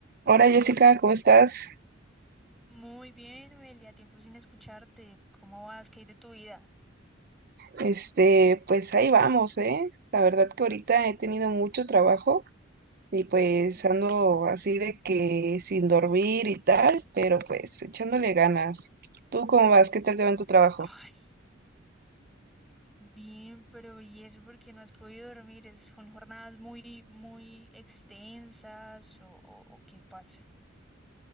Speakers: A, on the right (about 50°); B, in the centre.
A: Hola Jessica, ¿cómo estás?
B: Muy bien, Noelia, tiempo sin escucharte. ¿Cómo vas? ¿Qué hay de tu vida?
A: Este, pues ahí vamos, ¿eh? La verdad que ahorita he tenido mucho trabajo y pues
B: Ujú.
A: ando así de que sin dormir y tal, pero pues echándole ganas. ¿Tú cómo vas? ¿Qué tal te va en tu trabajo?
B: Ay, bien, pero ¿y eso porque no has podido dormir? ¿Es, son jornadas muy, muy extensas o, o- o qué pasa?